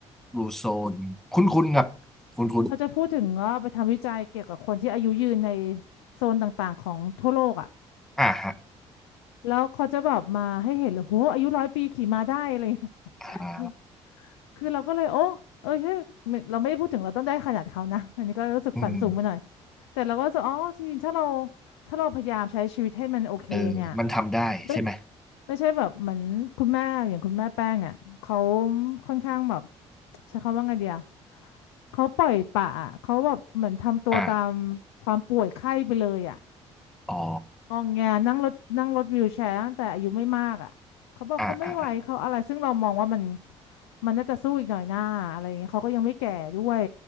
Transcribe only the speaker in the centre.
บลูโซนคุ้นคุ้นครับคุ้นคุ้น
อ่าฮะ
อ่า
อืม
เออมันทำได้ใช่ไหม
อ่า
อ๋อ
อ่าอ่าอ่า